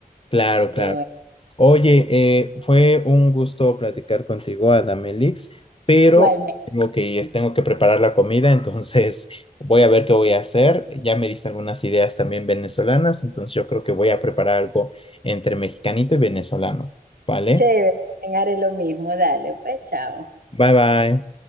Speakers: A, on the left; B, on the right.
A: claro,
B: Qué
A: claro.
B: bueno.
A: Oye, eh, fue un gusto platicar contigo, Adamelix, pero
B: Igualmente,
A: tengo que ir, tengo que preparar la comida, entonces <laughs> voy a ver qué voy a hacer. Ya me diste algunas ideas también venezolanas, entonces yo creo que voy a preparar algo entre mexicanito y venezolano, ¿vale?
B: chévere, también haré lo mismo, dale, pues chao.
A: Bye bye.